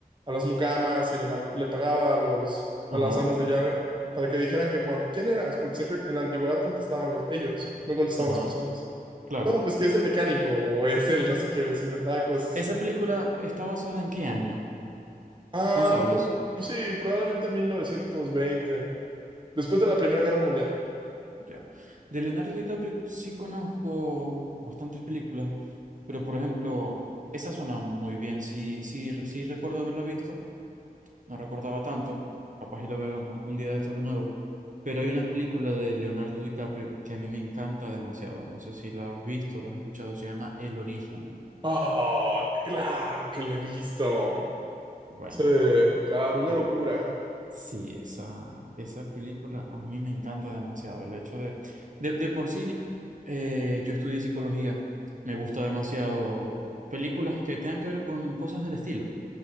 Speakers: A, on the right; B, on the right.
A: a las mucamas y le, ma- y le pagaba a los, a
B: Ajá,
A: las amas de llave para que dijeran que cuan- ¿quién eras? Porque siempre en la antigüedad contestaban los, ellos, no contestaban
B: ajá,
A: las personas.
B: claro.
A: No, pues que es el mecánico, o es el, no sé qué, les inventaba cosas.
B: ¿Esa
A: así.
B: película está basada en qué año?
A: Ah,
B: No sabes.
A: pro- pero sí, probablemente en mil novecientos veinte después de la Primera Guerra Mundial.
B: Ya. De Leonardo DiCaprio sí conozco bastantes películas, pero por ejemplo, esa suena muy bien. Sí, sí, sí recuerdo haberla visto, no recordaba tanto, capaz y la veo algún día de estos de nuevo. Pero hay una película de Leonardo DiCaprio que a mí me encanta demasiado. No sé si la has visto, la has escuchado, se llama El Origen.
A: Oh, claro que le he visto.
B: Bueno,
A: Sí, claro, una
B: e-
A: locura.
B: Sí, esa, esa película a mí me encanta demasiado. El hecho de, de, de por sí, eh, yo estudié psicología, me gusta demasiado películas que tengan que ver con cosas del estilo,